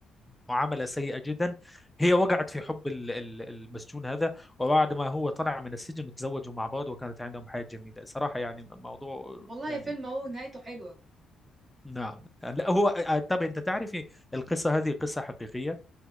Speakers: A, in the centre; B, on the right.
A: ومعاملة سيئة جدا هي وقعت في
B: مم.
A: حب ال- ال- المسجون هذا وبعد ما هو طلع من السجن تزوجوا مع بعض وكانت عندهم حياة جميلة صراحة يعني موضوع
B: والله
A: يعني
B: فيلم اهو نهايته حلوة
A: نعم لا هو آه، طب أنت تعرفي القصة هذه قصة حقيقية